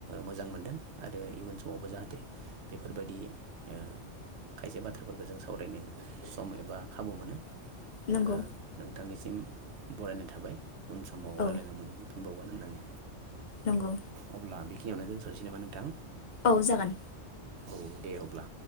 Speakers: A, on the right; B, on the left.
A: मोजां मोनदों आरो इयुन समावबो जाहाथे बेफोरबायदि ओ खायसे बाथ्राफोरखौ जों सावरायनो सम एबा खाबु मोनो।
B: नंगौ
A: ओ नोंथांनि सि सिम बरायनाय थाबाय। उन समाव
B: औ
A: रायलायनो मोनफिनबावगोन। होननानै
B: नंगौ
A: अब्ला बि खिनियावनो दोनथ'सै नामा नोंथां?
B: औ जागोन।
A: औ दे अब्ला।